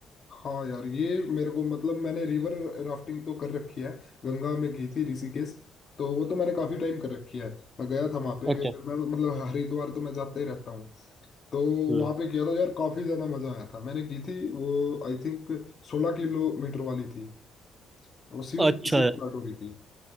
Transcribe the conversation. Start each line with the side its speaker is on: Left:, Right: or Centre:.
Left: हाँ यार ये मेरे को मतलब मैंने रिवर राफ्टिंग तो कर रखी है गंगा में की थी ऋषिकेश तो वो तो मैंने काफी टाइम कर रखी है मैं गया था वहाँ पे
Right: अच्छा
Left: मैं मतलब हरिद्वार तो मैं जाता ही रहता हूँ तो
Right: हम्म
Left: वहाँ पे किया था यार काफी ज्यादा मजा आया था मैंने की थी वो आई थिंक सोलह किलोमीटर वाली थी वो सीयू
Right: अच्छा
Left: से स्टार्ट हो रही थी